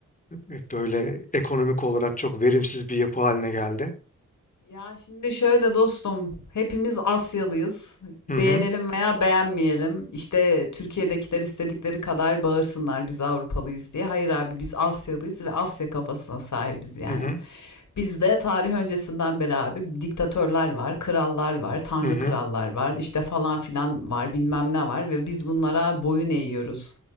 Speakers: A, on the left (about 25°); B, on the left (about 65°).
A: e, böyle ekonomik olarak çok verimsiz bir yapı haline geldi?
B: Ya şimdi şöyle dostum, hepimiz Asyalıyız.
A: Hı
B: Beğenelim
A: hı.
B: veya beğenmeyelim. İşte Türkiye'dekiler istedikleri kadar bağırsınlar biz Avrupalıyız diye. Hayır abi biz Asyalıyız ve Asya kafasına sahibiz yani.
A: Hı hı.
B: Bizde tarih öncesinden beri abi diktatörler var, krallar var, tanrı
A: Hı hı.
B: krallar var, işte falan filan var, bilmem ne var ve biz bunlara boyun eğiyoruz.